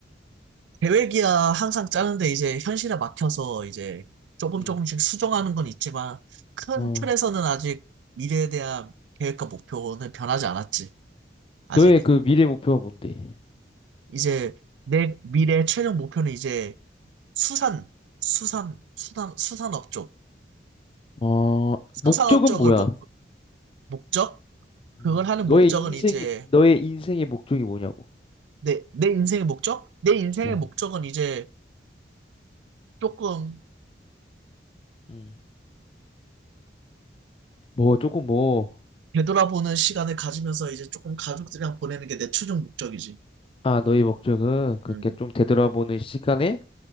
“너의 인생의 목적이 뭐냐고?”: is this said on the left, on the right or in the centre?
Left